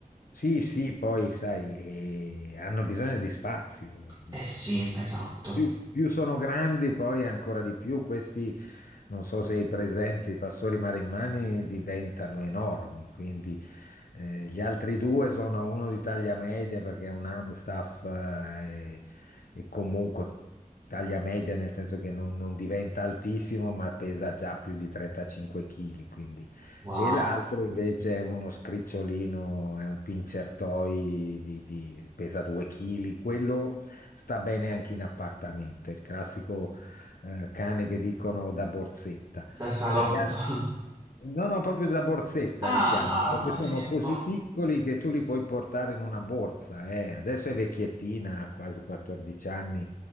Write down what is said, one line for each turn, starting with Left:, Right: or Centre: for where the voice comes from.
Left: sì, sì, poi sai, eh, hanno bisogno di spazio.
Right: Eh sì, esatto.
Left: Più, più sono grandi, poi ancora di più, questi, non so se hai presente, i pastori marimmani diventano enormi, quindi eh, gli altri due sono uno di taglia media perché è un Amstaff eh, e, e comunque taglia media nel senso che non, non diventa altissimo ma pesa già più di 35 kg, quindi.
Right: Wow,
Left: E l'altro invece è uno scricciolino, è un pincertoi di, di- pesa 2 kg, quello sta bene anche in appartamento, è il classico eh, cane che dicono da borsetta.
Right: da salotto.
Left: Gli altri-
Right: <laughs>
Left: No, no, proprio da borsetta
Right: Ah,
Left: li chiamano,
Right: ah,
Left: perché
Right: ma
Left: sono
Right: vedi
Left: così
Right: un po'.
Left: piccoli che tu li puoi portare in una borsa. eh. Adesso è vecchiettina, ha quasi 14 anni,